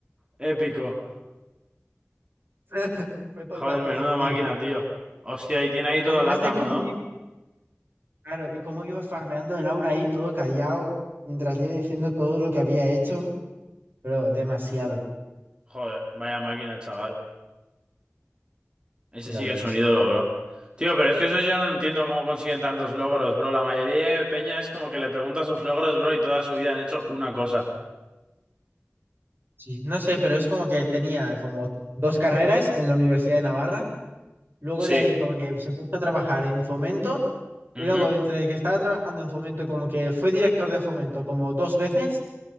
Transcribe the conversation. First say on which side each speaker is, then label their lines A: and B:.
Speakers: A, on the right; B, on the right.
A: Épico.
B: <laughs> Fue todo
A: Joder,
B: gracioso,
A: menudo
B: tío.
A: máquina, tío. Hostia, y tiene ahí todo
B: Además
A: LATAM,
B: de cómo
A: ¿no?
B: iba Claro, y cómo iba farmeando el aura ahí todo callado, mientras le iba diciendo todo lo que había hecho, pero demasiado,
A: Joder, vaya máquina, chaval. Ese
B: ya
A: sí
B: ves.
A: que es un ídolo, bro. Tío, pero es que eso yo no entiendo cómo consiguen tantos logros, bro. La mayoría de peña es como que le preguntas sus logros, bro, y toda su vida han hecho una cosa.
B: Sí, no sé, pero es como que tenía como dos carreras en la Universidad de Navarra, luego
A: Sí.
B: de ahí como que se puso a trabajar en Fomento,
A: Ujú.
B: y luego entre que estaba trabajando en Fomento como que fue director de Fomento como dos veces,